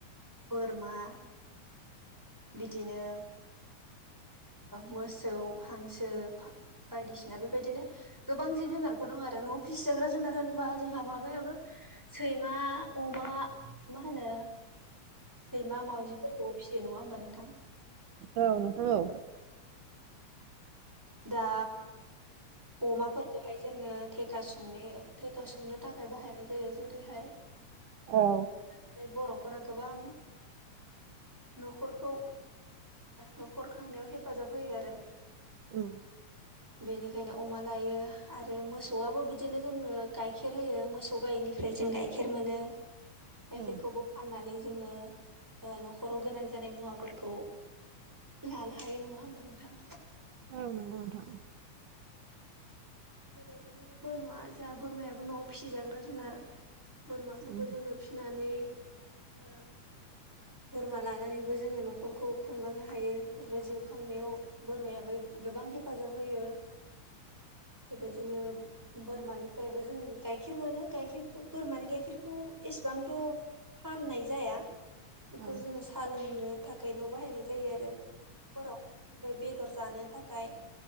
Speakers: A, in the centre; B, on the right.
A: बोरमा बिदिनो मोसौ हांसो बायदिसिना बेबायदिनो गोबां जिब जुनारफोर दं आरो न'आव फिसिजाग्रा जुनार होनोबा जोंहा माबायाबो सैमा अमा मा होनो सैमा मावाउजिफोरखौ फिसियो नङा होनोमबा नोंथां।
B: औ नोंथां औ
A: दा अमाफोरखौहाय जोङो थेखा सुंनो थेखा सुंनो थाखाय बाहायनाय जायो जेरैहाय
B: औ
A: ओफ्राय बर'फोरा गोबां न'खरखौ न'खर खांनायाव हेफाजाब होयो आरो।
B: उम
A: बेनिखायनो अमा लायो आरो मोसौआबो बिदिनो जोङो गाइखेर होयो मोसौ गायैनिफ्राय जों गाइखेर खेर मोनो। गाइखेरखौबो
B: औ
A: फाननानै जोङो न'खराव गोनां जानाय मुवाफोरखौ लानो हानाय नङा होमबा नोंथां।
B: औ नोंगौ नोंथां
A: बेबायदिनो बोरमा जोंहा बोरमायाबो न'आव फिसिजाग्रा जुनार बोरमाखौबो
B: उम
A: जोङो फिनानै ओ बोरमा लानानैबो जोङो न'खरखौ खुंलांनो हायो एबा जिउ खांनायाव बोरमायाबो गोबां हेफाजाब होयो बेबायदिनो बोरमानिफ्रायबो जों गाइखेर मोनो गाइखेरखौ बोरमानि गाइखेरखौ एसेबो फाननाय जाया बेखौ
B: औ
A: जोङो साहा लोंनो थाखायल' बाहायनाय जायो आरो। न'फोराव ओमाय बेदर जानो थाखाय